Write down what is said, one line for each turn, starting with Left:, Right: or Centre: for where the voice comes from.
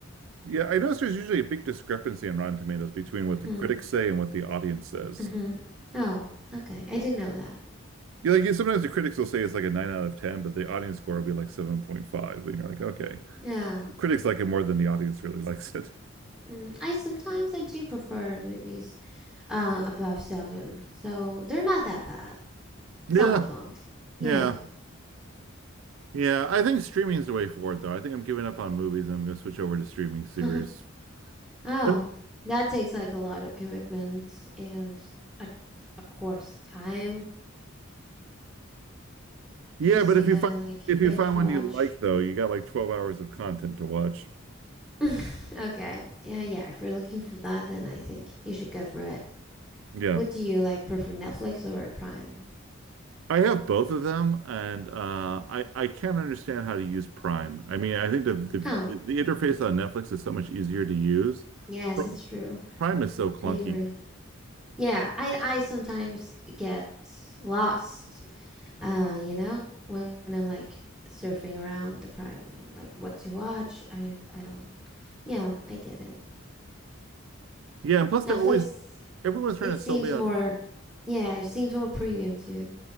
Right: Yeah, I notice there's usually a big discrepancy on Rotten Tomatoes between what the
Centre: hmm
Right: critics say and what the audience says.
Centre: hmm Oh, okay. I didn't know that.
Right: Yeah, like yeah, sometimes the critics will say it's like a nine out of ten, but the audience score will be like 7.5. And you're like, okay.
Centre: Yeah.
Right: Critics like it more than the audience really <laughs> likes it.
Centre: Mm, I sometimes I do prefer movies uh above seven, so they're not that bad. Some
Right: Yeah,
Centre: of them, yeah.
Right: yeah. Yeah. I think streaming is the way forward though. I think I'm giving up on movies and I'm gonna switch over to streaming
Centre: <laughs>
Right: series.
Centre: oh,
Right: But-
Centre: that takes like a lot of commitment and, uh, of course, time,
Right: yeah,
Centre: cause
Right: but
Centre: you
Right: if
Centre: gotta
Right: you find
Centre: like
Right: if
Centre: binge
Right: you find
Centre: watch.
Right: one you like though, you got like 12 hours of content to watch.
Centre: <laughs> okay. Yeah, yeah. If you're looking for that, then I think you should go for it.
Right: Yeah.
Centre: What do you like prefer, Netflix or Prime?
Right: I have both of them, and uh, I I can't understand how to use Prime. I mean, I think the the,
Centre: Oh,
Right: the interface on Netflix is so much easier to use.
Centre: yes,
Right: Pr
Centre: it's true.
Right: Prime is so clunky.
Centre: I agree. Yeah, I I sometimes get lost. Uh, you know, when I'm like surfing around the Prime and like what to watch. I I don't. Yeah, I get it.
Right: Yeah, and plus
Centre: Netflix.
Right: they're always everyone's trying
Centre: It
Right: to
Centre: seems
Right: sell me
Centre: more.
Right: on
Centre: Yeah, it seems more premium too.